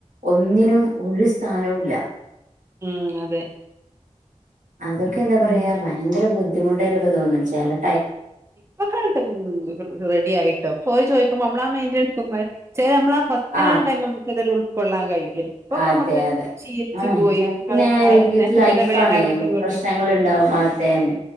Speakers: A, on the right (about 85°); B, on the right (about 20°).
A: ഒന്നിനും ഒരു സ്ഥാനവുംല്ല
B: ഉം അതെ
A: അതൊക്കെ എന്താ പറയാ
B: ഉം
A: ഭയങ്കര ബുദ്ധിമുട്ടായിട്ടൊക്കെ തോന്നും ച്ചാല്
B: ഇപ്പൊ കേൾക്ക്ണ് ണ്ട് റെഡി ആയിട്ടോ പോയി ചോയിക്കുമ്പോ ഞമ്മളാ മൈന്റ് എടുക്കുമ്പം തെരെ നമ്മളാ ആ ഫസ്റ്റിലെ
A: ആഹ്
B: ടൈം നമുക്ക്‌ ഇത് വരെ ഉൾകൊള്ളൻ കഴിയൊ ഇപ്പൊക്കെമ്മക്ക്
A: അതെ അതെ
B: ശീലിച്ചു
A: ആണ്
B: പോയി ആ
A: പിന്നെ
B: ഒര് സ്നേഹത്തിന്റെ
A: ഇത് ലൈഫാണ്
B: പേരില് അങ്ങട്ടും
A: നമുക്ക്
B: ഇങ്ങട്ടും
A: പ്രശ്നങ്ങൾ ഉണ്ടാവും അതന്നെ